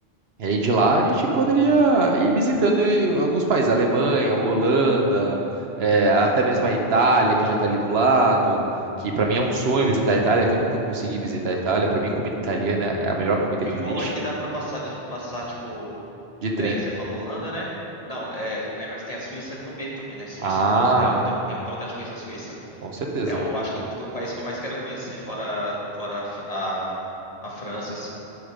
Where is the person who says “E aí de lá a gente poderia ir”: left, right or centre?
Right